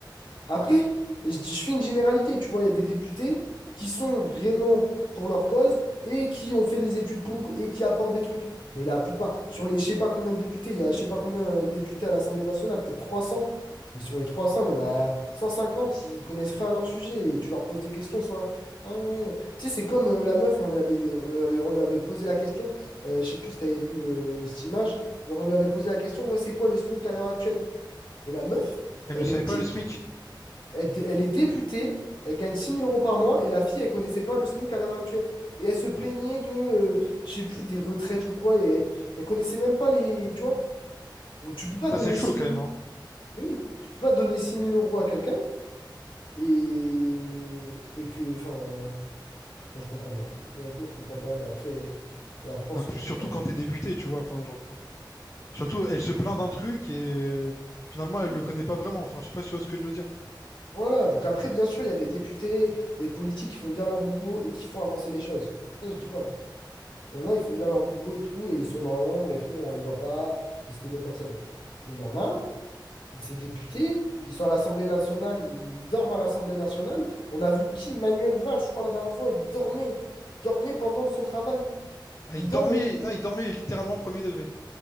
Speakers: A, on the left; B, on the left.
A: Après, je, dis- je fais une généralité, tu vois, il y a des députés qui sont vraiment pour leur cause et qui ont fait les études pour et qui apportent des trucs. Mais la plupart, sur les je sais pas combien de députés, il y a je sais pas combien de députés à l'Assemblée nationale, peut-être trois cents mais sur les 300 il y en a cent cinquante ils connaissent rien à leur sujet et tu leur poses des questions, ils sont là. Ah ouais. Tu sais, c'est comme euh, la meuf, on lui avait, on lui avait, on lui avait posé la question, euh, je sais plus si tu avais vu le- cette image, genre on lui avait posé la question, ouais, c'est quoi le SMIC à l'heure actuelle? Et la meuf,
B: Elles
A: elle
B: ne savaient
A: est 10
B: pas le SMIC.
A: elle, dé- elle est députée, elle gagne six mille euros par mois et la fille, elle connaissait pas le SMIC à l'heure actuelle. Et elle se plaignait de, euh, je sais plus, des retraites ou quoi, et elle, elle connaissait même pas les, tu vois. Donc tu peux pas
B: Ça,
A: donner
B: c'est chaud
A: six
B: quand
A: mille,
B: même, hein.
A: eh oui, tu peux pas donner six mille euros à quelqu'un et, et que, enfin, enfin, je comprends pas. Honnêtement, je comprends pas, mais après, la France,
B: Non, plus-
A: je comprendrai.
B: surtout quand t'es débuté, tu vois. Enfin, genre, surtout, elle se plaint d'un truc et euh, finalement, elle
A: Hmm.
B: le connaît pas vraiment. Enfin, je sais pas si tu vois ce que je veux dire.
A: Voilà, donc après, bien sûr, il y a des députés, des politiques qui font bien leur boulot et qui font avancer les choses. Ça, je dis pas. Il y en a, ils font bien leur boulot et tout, et ils sont dans l'ombre et tout, on les voit pas, et c'est des bonnes personnes. Mais il y en a, ces députés, ils sont à l'Assemblée nationale, ils, ils dorment à l'Assemblée nationale. On a vu qui, Manuel Valls, je crois, la dernière fois, il dormait. Il dormait pendant son travail.
B: Ah,
A: Il
B: il
A: dormait.
B: dormait, ah, il dormait littéralement premier degré.